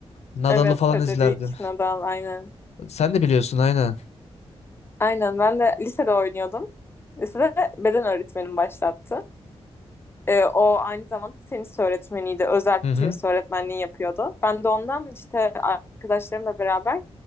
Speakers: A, on the left; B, on the left.
A: Nadal'ı
B: Evet,
A: falan
B: Federik
A: izlerdim.
B: Nadal aynen.
A: Sen de biliyorsun aynen.
B: Aynen ben de lisede oynuyordum. Lisede beden öğretmenim başlattı. Ee, o aynı zamanda tenis öğretmeniydi. Özel
A: Hı hı.
B: tenis öğretmenliği yapıyordu. Ben de ondan işte arkadaşlarımla beraber